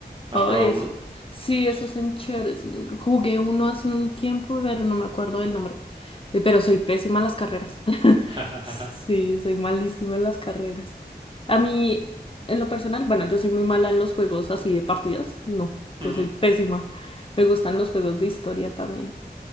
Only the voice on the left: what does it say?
Oh,
eso.
Sí, esos son chéveres. Jugué uno hace un tiempo, pero no me acuerdo del nombre. Eh, Pero soy pésima en las carreras. <laughs>
Sí, soy malísima en las carreras. A mí, en lo personal, bueno, yo soy muy mala en los juegos así de partidas. No,
yo soy pésima. Me gustan los juegos de historia también.